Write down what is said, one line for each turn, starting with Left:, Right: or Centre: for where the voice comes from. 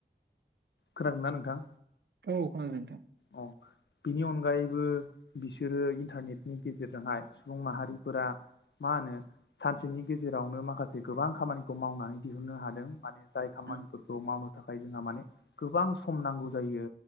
Left: खोनादोंना नोंथां?
Right: औ खोनादों नोंथां।
Left: अ बिनि अनगायैबो बिसोरो इन्टारनेटनि गेजेरजोंहाय सुबुं माहारिफोरा मा होनो सानसेनि गेजेरावनो माखासे गोबां खामानिखौ मावनानै दिहुननो हादों माने जाय खामानिफोरखौ
Right: उम
Left: मावनो थाखाय जोंहा माने गोबां सम नांगौ जायो